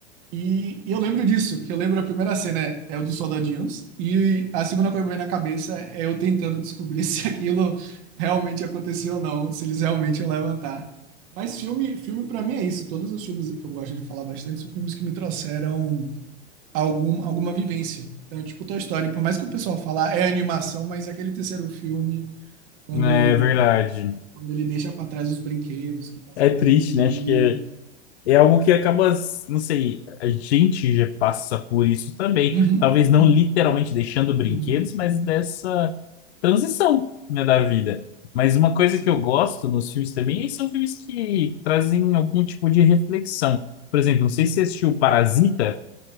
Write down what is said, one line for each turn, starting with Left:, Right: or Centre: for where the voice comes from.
Right: E, e eu lembro disso, que eu lembro a primeira cena é, é o dos soldadinhos. E a segunda coisa que me vem na cabeça é eu tentando descobrir <laughs> se aquilo realmente aconteceu ou não, se eles realmente iam levantar. Mas filme, filme para mim é isso. Todos os filmes que eu gosto de falar bastante são filmes que me trouxeram algum, alguma vivência. Então, é tipo, Toy Story, por mais que o pessoal fala "Ah, é animação, mas aquele terceiro filme, quando,
Left: É, é verdade.
Right: quando ele deixa para trás os brinquedos, que passa
Left: É
Right: pra
Left: triste,
Right: menininha.
Left: né? Acho que é. É algo que acaba, não sei, a gente já passa por isso também.
Right: Uhum,
Left: Talvez não
Right: uhum,
Left: literalmente deixando brinquedos,
Right: uhum.
Left: mas dessa transição, né, da vida. Mas uma coisa
Right: Esse-
Left: que eu gosto nos filmes também é, são filmes que trazem algum tipo de reflexão. Por exemplo, não sei
Right: uhum.
Left: se você assistiu Parasita,